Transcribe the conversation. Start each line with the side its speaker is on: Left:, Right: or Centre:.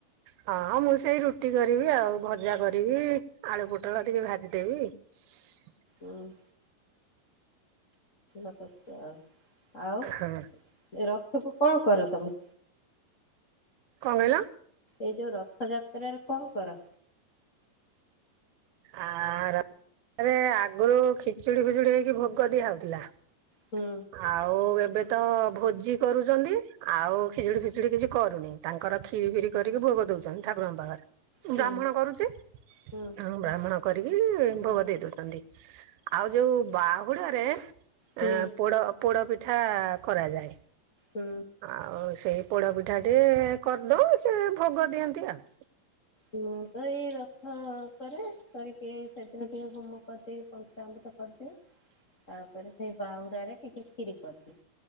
Right: ହଁ ମୁଁ ସେଇ ରୁଟି କରିବି ଆଉ ଭଜା କରିବି ଆଳୁ ପୋଟଳ ଟିକେ ଭାଜିଦେବି। <unintelligible>
Left: ଅଁ, <inaudible> ଆଉ
Right: ହଁ କଣ
Left: ଏ ରଥକୁୁ କଣ କର ତୋମେ?
Right: କଣ କହିଲ?
Left: ଏଇ ଯୋଉ ରଥଯାତ୍ରାରେ କଣ କର?
Right: ଆ, ର- <inaudible> ରେ-ଆଗରୁ ଖିଚୁଡି ଫିଚୁଡି ହେଇକି ଭୋଗ ଦିଆହଉଥିଲା।
Left: ହୁଁ
Right: ଆଉ ଏବେ ତ ଭୋଜି କରୁଚନ୍ତି। ଆଉ ଖିଚୁଡି ଫିଚୁଡି କିଛି କରୁନି, ତାଙ୍କର ଖିରି ଫିରି କରିକି ଭୋଗ ଦଉଛନ୍ତି ଠାକୁରଙ୍କ ପାଖରେ।
Left: ହୁଁ
Right: ବ୍ରାହ୍ମଣ କରୁଚି।
Left: ହୁଁ।
Right: ଉଁ, ବ୍ରାହ୍ମଣ କରିକି ଭୋଗ ଦେଇ ଦଉଛନ୍ତି, ଆଉ ଯୋଉ ବାହୁଡାରେ ଆଁ,
Left: ହୁଁ
Right: ପୋଡ ପୋଡ଼ ପିଠା କରାଯାଏ।
Left: ହୁଁ।
Right: ଆଉ ସେଇ ପୋଡ଼ପିଠା ଟିଏ କରିଦଉ ସେ ଭୋଗ ଦିଅନ୍ତି ଆଉ।
Left: ମୁଁ ତ ଏଇ ରଥ କରେ କରିକି ସେଦିନ ଟିକେ ହୋମ କରିଦେଇ ପଞ୍ଚାଅମୃତ କରିଦିଏ।
Right: <unintelligible>
Left: ତାପରେ ସେଇ ବାହୁଡା ରେ ଟିକେ କ୍ଷୀରି କରିଦିଏ।